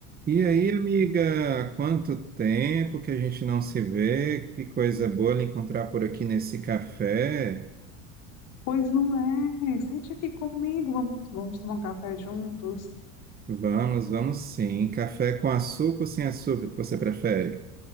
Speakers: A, on the right; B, on the left.
A: E aí, amiga, quanto tempo que a gente não se vê? Que coisa boa lhe encontrar por aqui nesse café.
B: Pois não é. Sente aqui comigo, vamos, vamos tomar um café juntos.
A: Vamos, vamos sim. Café com açúcar ou sem açúcar, que você prefere?